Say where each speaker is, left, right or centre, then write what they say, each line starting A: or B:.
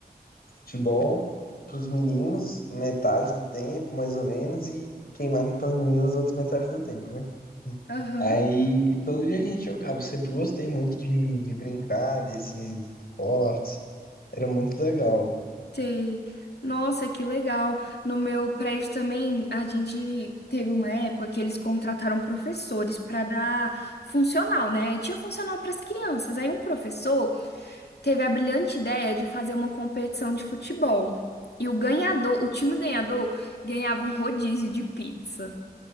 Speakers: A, on the left; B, on the left.
A: futebol pros meninos, metade do tempo, mais ou menos, e queimado pras meninas, outra metade do tempo, né?
B: Aham.
A: Aí todo dia a gente jogava. Eu sempre gostei muito de, de brincar desses esportes. Era muito legal.
B: Sei. Nossa, que legal. No meu prédio também, a gente teve uma época que eles contrataram professores para dar funcional, né? Aí tinha funcional para as crianças. Aí um professor teve a brilhante ideia de fazer uma competição de futebol. E o ganhador, o time ganhador, ganhava um rodízio de pizza.